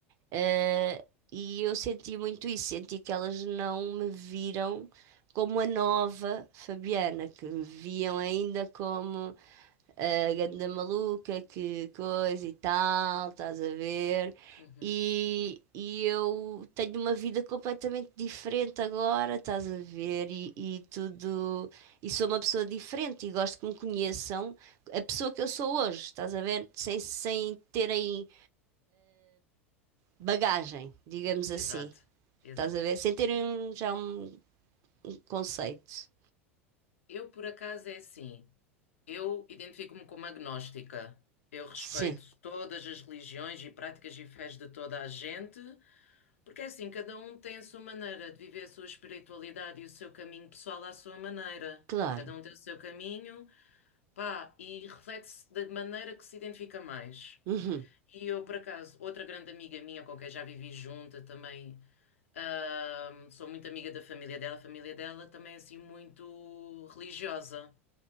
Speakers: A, on the right; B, on the left.
A: Eh, e eu senti muito isso, senti que elas não me viram como a nova Fabiana, que me viam ainda como a ganda maluca, que coisa e tal, estás a ver?
B: Uhum.
A: E, e eu tenho uma vida completamente diferente agora, estás a ver? E, e tudo. E sou uma pessoa diferente e gosto que me conheçam a pessoa que eu sou hoje, estás a ver? Sem, sem terem bagagem, digamos assim.
B: Exato, exato.
A: Estás a ver? Sem terem um- já um um conceito.
B: Eu, por acaso, é assim. Eu identifico-me como agnóstica. Eu respeito
A: Sim,
B: todas as religiões e práticas e fés de toda a gente, porque é assim, cada um tem a sua maneira de viver a sua espiritualidade e o seu caminho pessoal à sua maneira.
A: claro.
B: Cada um tem o seu caminho, pá, e reflete-se da maneira que se identifica mais.
A: Uhum,
B: E eu, por acaso, outra grande amiga minha com quem já vivi junta também, ahm, sou muito amiga da família dela, a família dela também é assim muito religiosa.